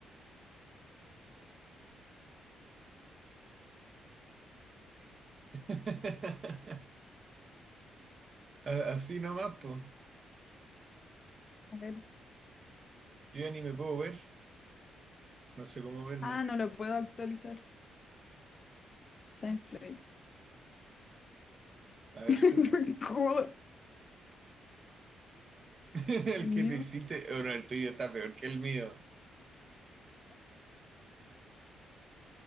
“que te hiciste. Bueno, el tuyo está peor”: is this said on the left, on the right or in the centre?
Right